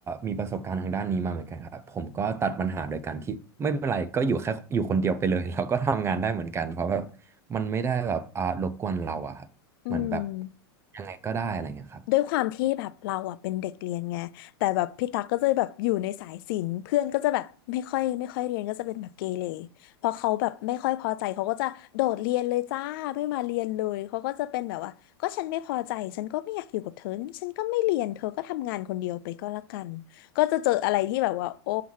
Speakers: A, on the right (about 20°); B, on the left (about 60°).
A: มีประสบการณ์ทางด้านนี้มาเหมือนกันครับผมก็ตัดปัญหาโดยการที่ไม่เป็นไรก็อยู่แค่อยู่คนเดียวไปเลย <laughs> เราก็ทำงานได้เหมือนกันเพราะแบบมันไม่ได้แบบอ่ารบกวนเราอะครับเหมือนแบบ
B: อืม
A: ยังไงก็ได้อะไรเงี้ยครับ
B: ด้วยความที่แบบเราอ่ะเป็นเด็กเรียนไงแต่แบบพี่ตั๊กก็จะแบบอยู่ในสายศิลป์เพื่อนก็จะแบบไม่ค่อยไม่ค่อยเรียนก็จะเป็นแบบเกเรพอเขาแบบไม่ค่อยพอใจเขาก็จะโดดเรียนเลยจ้าไม่มาเรียนเลยเขาก็จะเป็นแบบว่าก็ฉันไม่พอใจฉันก็ไม่อยากอยู่กับเธอฉันก็ไม่เรียนเธอก็ทำงานคนเดียวไปก็แล้วกันก็จะเจออะไรที่แบบว่าโอ้